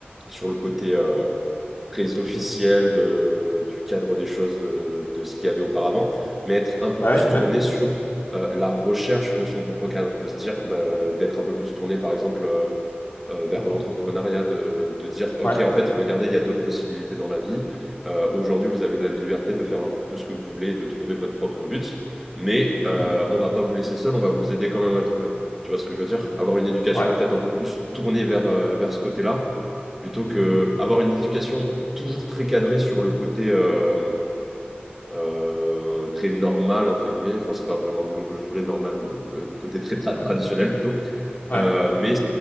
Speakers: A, in the centre; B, on the left.
A: sur le côté euh, très officiel
B: Mhm.
A: de, du cadre des choses de, de ce qu'il y avait auparavant, mais être un peu
B: bah
A: plus
B: oui, mais
A: tournée sur euh, la recherche de son propre cadre, de se dire bah, d'être un peu plus tourné par exemple. euh, euh, vers
B: Mhm.
A: l'entrepreneuriat, de, de dire, OK,
B: ouais,
A: en fait, regardez, il y a d'autres possibilités dans la vie. Euh, aujourd'hui, vous avez de la liberté de faire un peu ce que vous voulez, de trouver votre propre but, mais euh,
B: Mhm.
A: on va pas vous laisser seul, on va vous aider quand même à le trouver. Tu vois ce que je veux dire? Avoir une éducation
B: ouais,
A: peut-être un peu plus tournée vers, euh, vers ce côté-là, plutôt
B: Mhm.
A: que avoir une éducation toujours très cadrée sur le côté euh, euh, très normal, entre guillemets. Enfin, c'est pas vraiment le mot que je voulais, normal, mais le côté très tra-
B: ouais.
A: traditionnel plutôt.
B: ouais.
A: Euh, mais